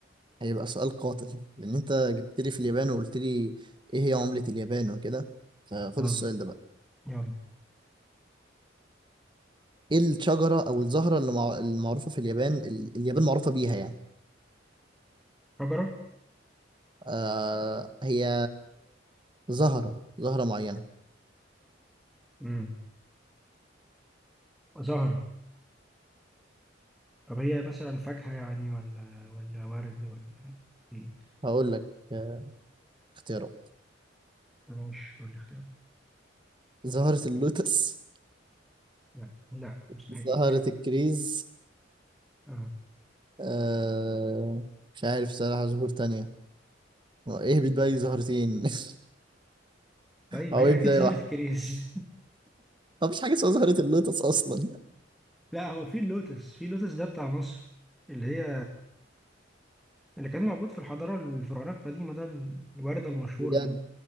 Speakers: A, on the right; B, in the centre.
A: هيبقى سؤال قاتل لان انت جبت لي في اليابان وقلت لي ايه هي عملة اليابان وكده فخد
B: يلا
A: السؤال ده بقى
B: يلا
A: ايه الشجرة او الزهرة اللي مع... المعروفة في اليابان ال... اليابان معروفة بيها يعني
B: شجرة
A: آه هي زهرة زهرة معينة
B: امم زهرة طب هي مثلا فاكهة يعني ولا ولا ورد ولا ايه
A: هقول لك آه، اختيارات
B: ماشي قول لي اختيار
A: زهرة اللوتس
B: لا لا مستحيل
A: زهرة الكريز
B: اه
A: آه... مش عارف صراحة زهور تانية هو ايه بداية زهرتين <laughs>
B: طيب
A: او
B: ما هي
A: ايه
B: اكيد
A: بداية
B: زهرة
A: واحدة
B: الكريز
A: مفيش حاجة اسمها زهرة اللوتس اصلا
B: لا هو في اللوتس في اللوتس ده بتاع مصر اللي هي اللي كان موجود في الحضارة الفرعونية القديمة ده الوردة المشهورة
A: بجد
B: دي